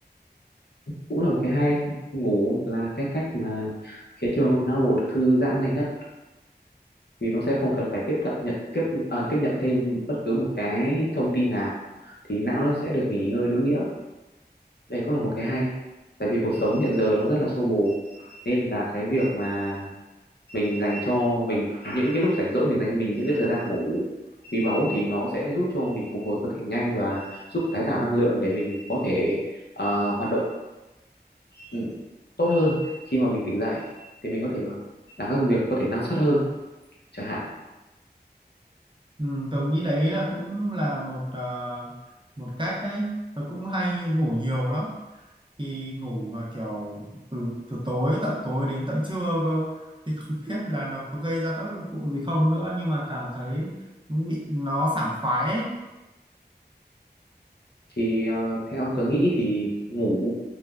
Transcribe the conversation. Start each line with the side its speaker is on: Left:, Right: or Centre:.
Left: cũng là một cái hay ngủ là cái cách mà khiến cho não bộ được thư giãn nhanh nhất vì nó sẽ không cần phải tiếp thận nhận tiếp à, tiếp nhận thêm bất cứ một cái thông tin nào thì não nó sẽ được nghỉ ngơi đúng nghĩa Đấy cũng là một cái hay. Tại vì cuộc sống hiện giờ nó rất là xô bồ nên là cái việc mà mình dành cho mình những cái lúc rảnh rỗi mình dành cho mình những cái thời gian ngủ quý báu thì nó sẽ giúp cho mình phục hồi cơ thể nhanh và giúp tái tạo năng lượng để mình có thể à, hoạt động ừ, tốt hơn khi mà mình tỉnh dậy thì mình có thể làm các công việc có thể năng suất hơn chẳng hạn.
Right: ừ, tớ nghĩ đấy là cũng là một ờ, một cách đấy tớ cũng hay ngủ nhiều lắm thì ngủ mà kiểu từ từ tối tận tối đến tận trưa cơ thì không <laughs> biết là nó có gây ra tác dụng phụ gì không nữa nhưng mà cảm thấy bị nó sảng khoái ấy
Left: Thì ờ, theo tớ nghĩ thì ngủ